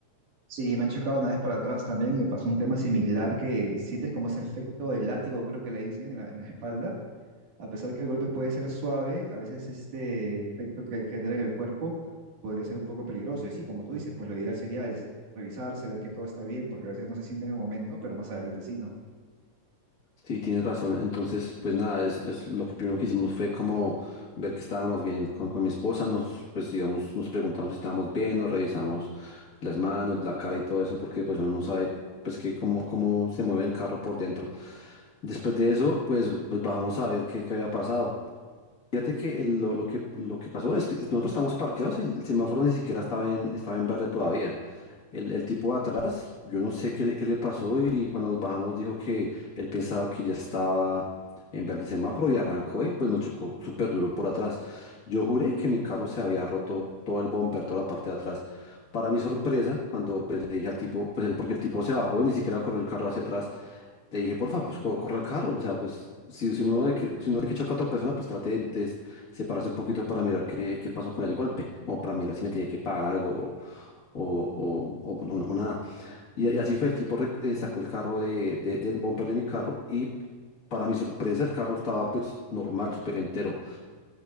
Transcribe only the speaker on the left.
Sí, tienes razón. Entonces, pues nada, es, es lo que primero que hicimos fue como ver que estábamos bien con, con mi esposa, nos, pues digamos, nos preguntamos si estábamos bien, nos revisamos las manos, la cara y todo eso, porque pues uno no sabe pues que cómo, cómo se mueve el carro por dentro. Después de eso, pues, pues bajamos a ver qué, qué había pasado. Fíjate que el- lo, lo que, lo que pasó es que nosotros estamos parqueados y el, semáforo ni siquiera estaba en, estaba en verde todavía. El, el tipo de atrás, yo no sé qué, le- qué le pasó y cuando nos bajamos dijo que él pensaba que ya estaba en verde el semáforo y arrancó y pues nos chocó súper duro por atrás. Yo juré que mi carro se había roto todo el bumper, toda la parte de atrás. Para mi sorpresa, cuando pues, le dije al tipo, pues el- porque el tipo se bajó y ni siquiera corrió el carro hacia atrás, le dije, porfa, pues co- corre el carro. O sea, pues si, si uno ve que, si uno ve que choca a otra persona, pues trate de, de separarse un poquito para mirar qué, qué pasó con el golpe. O para mirar si me tiene que pagar algo o, o, o, o- o- o nada. Y, y así fue, el tipo rec- eh, sacó el carro de, de- del bumper de mi carro y para mi sorpresa el carro estaba pues normal, súper entero.